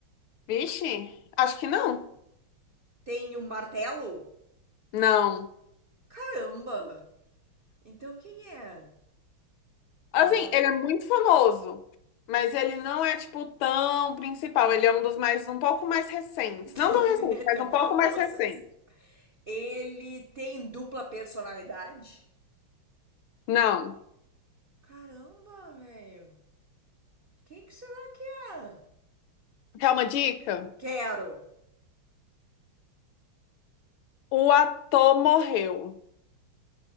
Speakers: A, on the left; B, on the right.
A: Vixe, acho que não.
B: Tem um martelo?
A: Não.
B: Caramba! Então quem é?
A: Assim,
B: Ah,
A: ele é muito famoso, mas ele não é, tipo, tão principal. Ele é um dos mais, um pouco mais recentes.
B: <laughs> então
A: Não tão
B: ele
A: recente,
B: é tão
A: mas um pouco
B: famoso.
A: mais recente.
B: assim. Ele tem dupla personalidade?
A: Não.
B: Caramba, velho! Quem que será que é?
A: Quer uma dica?
B: Quero!
A: O ator morreu.